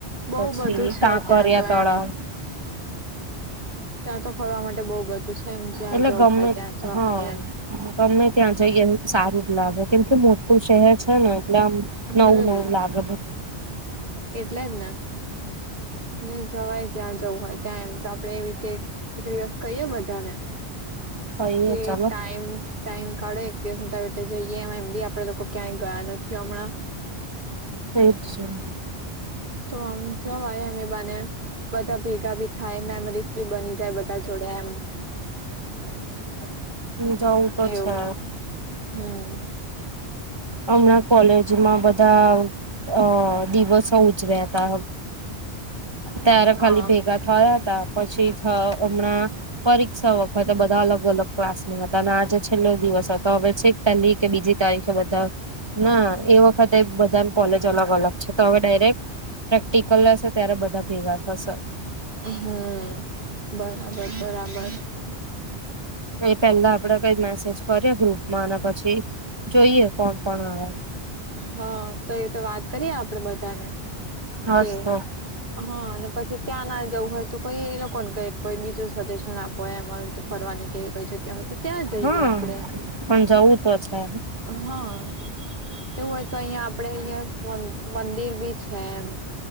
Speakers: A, on the right (about 50°); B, on the right (about 25°).
A: બહુ
B: પછી
A: બધું છે
B: કાંકરિયા
A: ત્યાં તો
B: તળાવ
A: એમ ત્યાં તો ફરવા માટે બહ બધું છે એમ જ્યાં
B: એટલે
A: જવું
B: ગમે
A: હોય ત્યાં જ
B: હા
A: એમ
B: ગમે ત્યાં જઈએ એ સારું જ લાગે કેમથી મોટું શહેર છે ને એટલે આમ
A: હમ
B: નવું નવું લાગે બધું
A: એટલે જ ને એટલે જવાય જ્યાં જવું હોય ત્યાં એમ તો આપણેે એવી રીતે એક દિવસ કહીય બધાને
B: ક
A: કે
B: ચાલો
A: ટાઈમ ટાઈમ કાઢો એક દિવસ હું ત આવી રીતે જઈએ એમ એમ બી આપડે લોકો ક્યાંય ગયા નથી હમણાં
B: એજ જવું
A: તો આમ જો આય એમ એ બને બધા ભેગા ભી થાય મેમરીઝ ભી બની જાય બધા જોડે એમ વા.
B: તો
A: એવું
B: છે
A: હમ
B: હમણાં કોલેજમાં બધા અ દિવસો <inaudible> પતા હ. ત્યારે
A: હા
B: ખાલી ભેગા થયા હતા પછી હ હમણાં પરીક્ષા વખતે બધા અલગ અલગ ક્લાસ નો હતા અને આજે છેલ્લો દિવસ તો છેક પહેલી કે બીજી તારીખ ના એ વખતે બધા કોલેજ અલગ અલગ છે તો હવે ડાયરેક્ટ પ્રેક્ટિકલ હશે ત્યારે બધા. ભેગા થસર
A: હમ બરાબર બરાબર
B: એ પેલા આપડે કઈ મેસેજ કરીએ ગ્રુપમાં અને પછી જોઈએ કોણ કોણ આવે
A: હા તો એ તો વાત કરીય આપડે બધાને
B: હસ
A: કે
B: તો
A: હા અને પછી ત્યાં ના જવું હોય તો કોઈ એ લોકોને કહી કોઈ બીજું સજેશન આપો એમાં હવે તો ફરવાની કોઈ જગ્યા હોય તો ત્યાં જઈએ
B: હા
A: આપડે
B: પણ જવું તો છે
A: હા હોય તો અહિયાયા આપડે અહીંયા મંદિર બી છે એમ